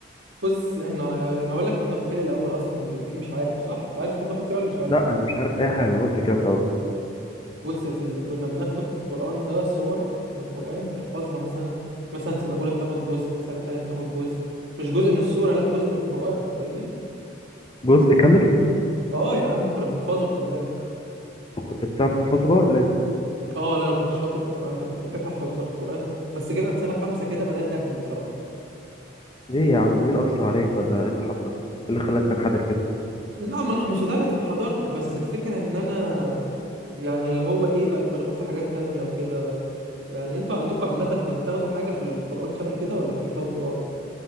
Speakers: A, on the right; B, on the left.
A: بص احنا يعني اقول لك كنا بناخد فيها إيه الاول اصلا انت مش عارف صح انت عارف كنا بناخد فيها ولا مش عارف
B: لأ أنا مش عارف أي حاجة قلت لي كده من الأول
A: بص يا سيدي كنا بناخد في القرآن ده صور من القرآن بنحفظها مثلا مثلا سنة أولى بتاخد جزء سنة تانية بتاخد جزء مش جزء من السورة لا جزء من القرآن فاهمني
B: جزء كامل
A: اه يا عم كنا بنحفظه خلي بالك
B: وكنت بتعرف تحفظه بقى ولا ايه؟
A: اه لا انا كنت شاطر في القرآن ده كنت بحب احفظ بصراحة القرآن بس جيت عند سنة خمسة كده بدأت اهمل بصراحة
B: ليه يا عم مين أثر عليك ولا ايه اللي حصل؟ ايه اللي خلاك تنحدر كده؟
A: لا ما انا مش لدرجة انحدرت بس الفكرة ان انا يعني اللي هو ايه بقت مشغول في حاجات تانية وكده يعني انتوا عندكم عامة كنتوا بتاخدوا حاجة في القرآن شبه كده ولا كنتوا بتاخدوا قرآن